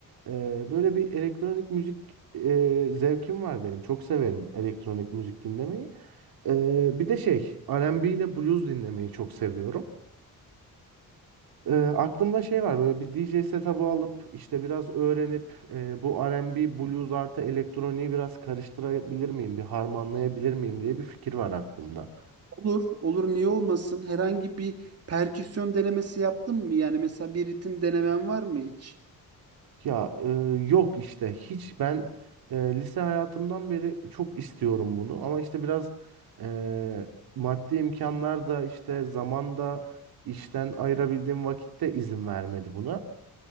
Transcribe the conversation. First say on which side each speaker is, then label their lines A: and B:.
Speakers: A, on the right; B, on the right.
A: E, böyle bir elektronik müzik e, zevkim var benim. Çok severim elektronik müzik dinlemeyi. E, bir de şey R&B ile blues dinlemeyi çok seviyorum. E, aklımda şey var böyle bir DJ setup'ı alıp işte biraz öğrenip e, bu R&B, blues artı elektroniği biraz karıştırabilir miyim, bir harmanlayabilir miyim diye bir fikir var aklımda.
B: Olur, olur niye olmasın? Herhangi bir perküsyon denemesi yaptın mı? Yani mesela bir ritim denemen var mı hiç?
A: Ya e, yok işte hiç ben e, lise hayatımdan beri çok istiyorum bunu ama işte biraz e, maddi imkanlar da işte zamanda işten ayırabildiğim vakitte izin vermedi buna.